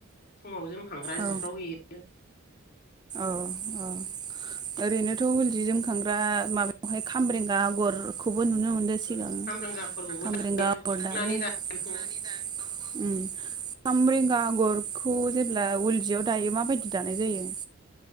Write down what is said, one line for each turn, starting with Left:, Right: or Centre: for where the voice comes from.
Left: फुङाव जोम खांग्रा
Right: औ
Left: जिफ्राव एरो।
Right: औ अ ओरैनोथ उलजि जोमखांग्रा माबायावहाय खामब्रेंगा आगरखौ बो नुनो मोनदों सिगां
Left: ओ खामब्रेंगाफोरखौबो
Right: खामबेंग्रा
Left: दा
Right: आगर
Left: सुखांनानै
Right: दाबो <unintelligible>
Left: दा बेखौ
Right: खामब्रेंगा आगरखौ जेब्ला उल जियाव दायो माबायदि दानाय जायो